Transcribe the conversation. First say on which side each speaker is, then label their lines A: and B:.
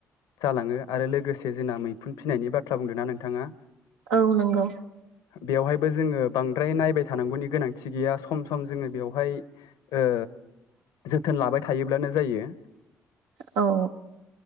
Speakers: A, on the left; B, on the right.
A: जालाङो आरो लोगोसे जोंना मैखुन फिनायनि बाथ्रा बुंदों ना नोंथाङा
B: औ नंगौ
A: बेवहायबो जोङो बांद्राय नायबाय थानांगौनि गोनां थि गैया सम सम जोङो बेवहाय ओ जोथोन लाबाय थायोब्लानो जायो।
B: औ